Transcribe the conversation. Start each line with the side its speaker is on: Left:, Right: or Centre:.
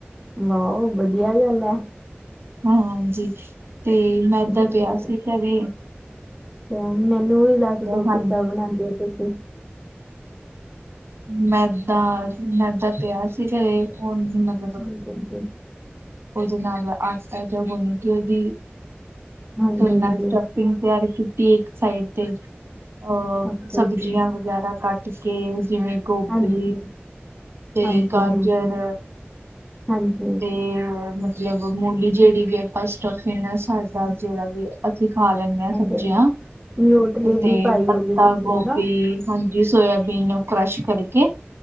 Centre: ਵਾਓ, ਵਧੀਆ ਗੱਲ ਐ।
Right: ਹਾਂ, ਹਾਂਜੀ ਤੇ ਮੈਦਾ
Centre: ਮੈਂ
Right: ਪਿਆ ਸੀ ਘਰੇ।
Centre: ਅੱਛਾ ਮੈਨੂੰ ਵੀ ਦੱਸ
Right: ਤੇ
Centre: ਦੋ
Right: ਹਾਂ
Centre: ਕਿੱਦਾਂ ਬਣਾਉਂਦੇ ਹੋ ਤੁਸੀਂ।
Right: ਮੈਦਾ ਮੈਦਾ ਪਿਆ ਸੀ ਘਰੇ ਉਹ ਮਤ-
Centre: ਹਾਂਜੀ, ਹਾਂਜੀ।
Right: ਉਹਦੇ ਨਾਲ ਆਟਾ ਜਿਹਾ ਉਹਨੂੰ ਕਿ ਉਹਦੀ
Centre: ਹਾਂਜੀ
Right: ਫਿਰ
Centre: ਹਾਂਜੀ
Right: ਮੈ ਸਟ ਸਟਫਿੰਗ ਤਿਆਰ ਕੀਤੀ ਇੱਕ ਸਾਈਡ ਤੇ ਅਹ
Centre: ਹਾਂਜੀ ਓਕੇ
Right: ਸਬਜ਼ੀਆਂ।
Centre: ਜੀ
Right: ਵਗੈਰਾ ਕੱਟ ਕੇ ਜਿਵੇਂ ਗੋਭੀ
Centre: ਹਾਂਜੀ
Right: ਤੇ
Centre: ਹਾਂਜੀ
Right: ਗਾਜਰ।
Centre: ਹਾਂਜੀ ਹਾਂਜੀ।
Right: ਤੇ ਮਤਲਬ ਮੂਲੀ ਜਿਹੜੀ ਵੀ ਆਪਾਂ ਸਟਫਿਗ ਸਾਦਾ ਜਿਹੜਾ ਵੀ, ਅਸੀਂ ਖਾ ਲੈਂਦੇ ਹਾਂ
Centre: ਅੱਛਾ
Right: ਸਬਜ਼ੀਆਂ
Centre: ਨਿਊਟਰੀ
Right: ਤੇ
Centre: ਵੀ ਪਾਈ
Right: ਪੱਤਾ
Centre: ਹੋਗੀ ਤੁਸੀਂ
Right: ਗੋਭੀ
Centre: ਹੈ ਨਾ
Right: ਹਾਂਜੀ, ਸੋਇਬੀਨ ਨੂੰ ਕਰਸ਼ ਕਰਕੇ।